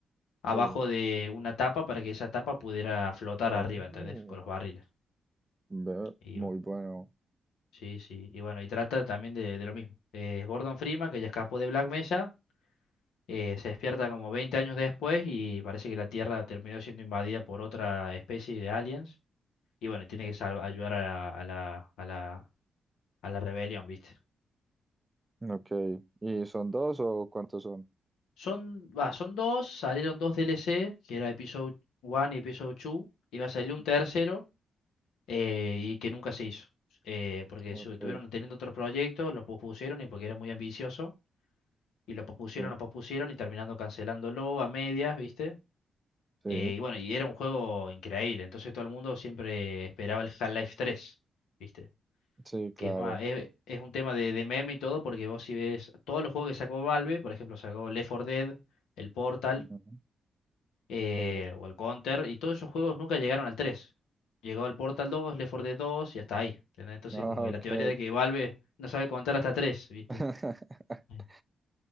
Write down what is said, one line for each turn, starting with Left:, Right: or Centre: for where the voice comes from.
Left: abajo
Right: sí.
Left: de una tapa para que esa tapa pudiera flotar
Right: Oh,
Left: arriba, ¿entendés? Con los barriles.
Right: ve,
Left: Y
Right: muy
Left: bueno,
Right: bueno.
Left: sí, sí. Y bueno, y trata también de, de lo mismo. Eh, Gordon Freeman, que ya escapó de Black Mesa, eh, se despierta como 20 años después y parece que la Tierra terminó siendo invadida por otra especie de aliens. Y bueno, tiene que salva- ayudar a la, a la, a la, a la rebelión, ¿viste?
Right: Ok. ¿Y son dos o cuántos son?
Left: Son, va, son dos, salieron dos DLC, que era Episode 1 y Episode 2. Iba a salir un
Right: Ujú.
Left: tercero eh, y que nunca se hizo, eh, porque
Right: Ok,
Left: su- estuvieron teniendo otros proyectos, los pospusieron y porque era muy ambicioso, y lo pospusieron,
Right: sí,
Left: lo pospusieron y terminando cancelándolo a medias, ¿viste?
Right: sí,
Left: Eh, y bueno, y era un juego increíble, entonces todo el mundo siempre esperaba el Half-Life 3, ¿viste?
Right: sí, claro.
Left: Que es más, es, es un tema de, de meme y todo, porque vos si ves todos los juegos que sacó Valve, por ejemplo, sacó Left 4 Dead, el Portal,
Right: Ujú.
Left: eh,
Right: Sí.
Left: o el Counter, y todos esos juegos nunca llegaron al tres Llegó el Portal dos Left 4 Dead 2 y hasta ahí. ¿entendés? Entonces,
Right: Ah,
Left: como que
Right: ok.
Left: la teoría de que Valve no sabe contar hasta tres ¿viste?
Right: <laughs>
Left: Sí.